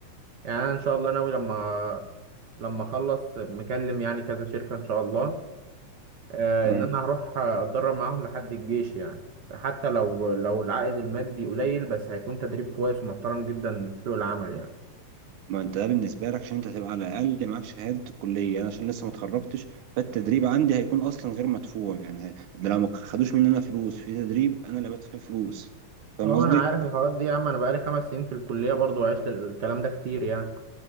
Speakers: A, on the right; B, on the right.
A: يعني انا ان شاء الله ناوي لما لما اخلص مكلم يعني كذا شركه ان شاء الله آه
B: لا
A: ان انا هروح اتدرب معاهم لحد الجيش يعني حتى لو لو العائد المادي قليل بس هيكون تدريب كويس ومحترم جدا في سوق العمل يعني
B: ما انت ده بالنسبه لك عشان انت هتبقى على الاقل معاك شهاده الكليه انا عشان لسه ما اتخرجتش فالتدريب عندي هيكون اصلا غير مدفوع يعني ه- ده لو ما خدوش مننا فلوس في تدريب انا اللي بدفع فيه فلوس فاهم
A: اه
B: قصدي
A: انا عارف الحوارات دي يا عم انا بقالي خمس سنين في الكليه برضو عشت الكلام ده كتير يعني